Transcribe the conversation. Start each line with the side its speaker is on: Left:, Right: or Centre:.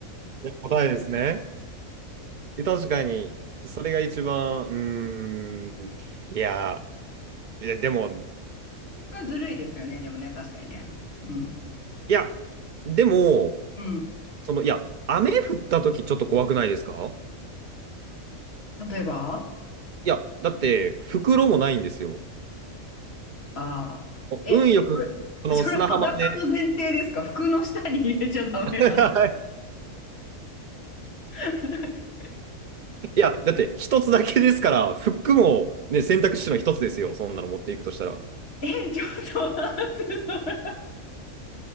Right: いや、答えですね。え確かに、それが一番、うーん、いや、いや、でも、
Left: これずるいですよね、でもね、確かにね。うん。
Right: いや、でも、
Left: うん。
Right: その、いや、雨降った時ちょっと怖くないですか
Left: 例えば、
Right: いや、だって、袋もないんですよ。
Left: ああ、え、
Right: 運よく、
Left: これ、
Right: あの、
Left: それ裸の前提ですか服の下に入れちゃダメなんだ。
Right: 砂浜で、はい
Left: <laughs>
Right: いや、だって、一つだけですから、服も、ね、選択肢の一つですよ。そんなの持っていくとしたら。
Left: え、ちょっと待って、それ。